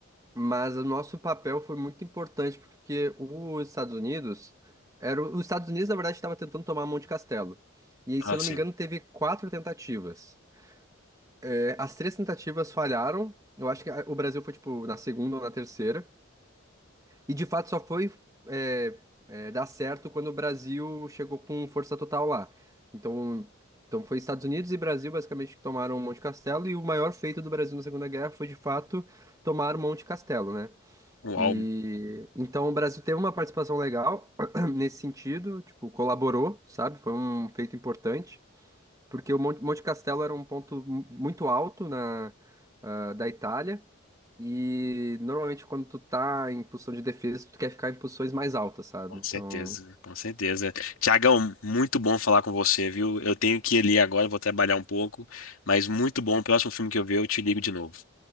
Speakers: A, on the right; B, on the left.
A: Mas o nosso papel foi muito importante porque os Estados Unidos era o- os Estados Unidos na verdade estava tentando tomar Monte Castelo. E aí,
B: Ah,
A: se eu
B: sim.
A: não me engano, teve quatro tentativas. É, As três tentativas falharam. Eu acho que a- o Brasil foi tipo na segunda ou na terceira. E de fato só foi é, é, dar certo quando o Brasil chegou com força total lá. Então, então foi Estados Unidos e Brasil basicamente que tomaram Monte Castelo. E o maior feito do Brasil na Segunda Guerra foi de fato tomar Monte Castelo, né?
B: Uau,
A: E então o Brasil teve uma participação legal <clears throat> nesse sentido, tipo, colaborou, sabe? Foi um feito importante, porque o Mon- Monte Castelo era um ponto mu- muito alto na ah, da Itália. E normalmente quando tu tá em posição de defesa, tu quer ficar em posições mais altas, sabe?
B: com
A: Então,
B: certeza, com certeza. Tiagão, muito bom falar com você, viu? Eu tenho que ir ali agora, vou trabalhar um pouco, mas muito bom. O próximo filme que eu ver, eu te ligo de novo.